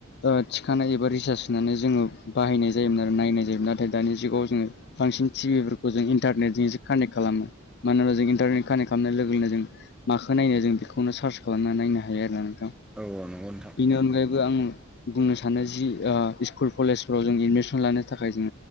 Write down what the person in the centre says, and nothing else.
औ औ नंगौ नोंथां।